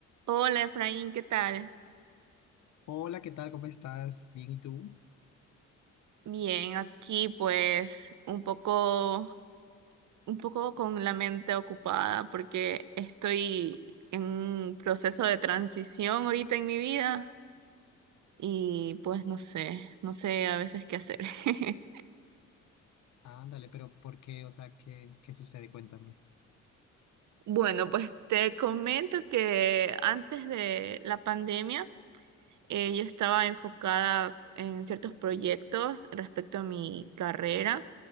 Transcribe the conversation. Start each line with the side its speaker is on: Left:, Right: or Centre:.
Right: Hola Efraín, ¿qué tal?
Left: Hola, ¿qué tal? ¿Cómo estás? Bien, ¿y tú?
Right: Bien, aquí pues un poco, un poco con la mente ocupada porque estoy en un proceso de transición ahorita en mi vida y pues no sé, no sé a veces qué hacer. <laughs>
Left: Ándale, pero ¿por qué? O sea, ¿qué, qué sucede? Cuéntame.
Right: Bueno, pues te comento que antes de la pandemia eh, yo estaba enfocada en ciertos proyectos respecto a mi carrera